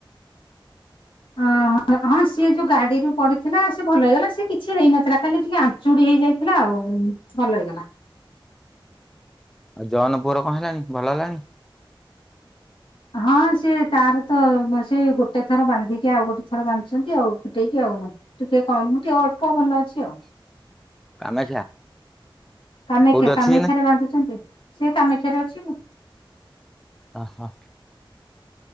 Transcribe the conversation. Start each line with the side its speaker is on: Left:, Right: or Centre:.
Left: ଓଁ ହଁ ସିଏ ଯୋଉ ଗାଡିରୁୁ ପଡିଥିଲା ସେ ଭଲ ହେଇଗଲା ସେ କିଛି ହେଇନଥିଲା ଖାଲି ଟିକେ ଆଞ୍ଚୁଡି ହେଇଯାଇଥିଲା ଆଉ ଭଲ ହେଇଗଲା।
Centre: ଆ ଜନ ପୁଅର କଣ ହେଲାଣି, ଭଲ ହେଲାଣି?
Left: ହଁ ସେ ତାର ତ ସେ ଗୋଟେ ଥର ବାନ୍ଧିକି ଆଉ ଗୋଟେ ଥର ବାନ୍ଧିଛନ୍ତି ଆଉ ଫିଟେଇ କି ଆଉ ଟିକେ କମ୍ ଟିକେ ଅଳ୍ପଭଲ ଅଛି ଆଉ।
Centre: କାମାକ୍ଷା
Left: <inaudible> କାମାକ୍ଷା
Centre: କୋଉଠି ଅଛି
Left: କାମାକ୍ଷରେ
Centre: ଏଇନା?
Left: ବାନ୍ଧୁଛନ୍ତି ସେ କାମାକ୍ଷା <unintelligible>
Centre: ହ